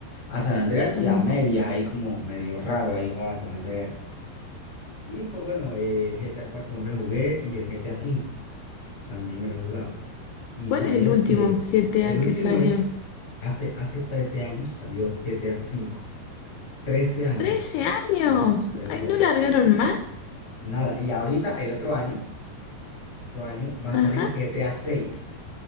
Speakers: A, on the left; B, on the left.
A: A San Andreas
B: ok.
A: y a medias, ahí como medio raro, ahí jugaba San Andreas. Y pues bueno, el GTA 4 también lo jugué y el GTA V. También me lo he jugado. ¿Y
B: ¿Cuál
A: sabías
B: es el último
A: que
B: GTA
A: el último
B: que salió?
A: es, hace, hace 13 años salió GTA cinco trece años.
B: Trece años!
A: Sí, 13
B: ¡Ay, no
A: años.
B: largaron más!
A: Nada, y ahorita el otro año, otro año va a
B: Ajá.
A: salir GTA seis